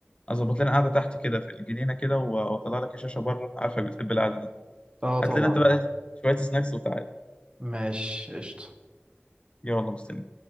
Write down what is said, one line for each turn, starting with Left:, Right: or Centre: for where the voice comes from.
Left: اظبط لنا قاعده تحت كده في الجنينه كده و- واطلع لك الشاشه بره عارفك بتحب القعده دي
Right: اه طبعا
Left: هات لنا انت بقى شويه سناكس وتعالى
Right: ماشي قشطة
Left: يلا مستني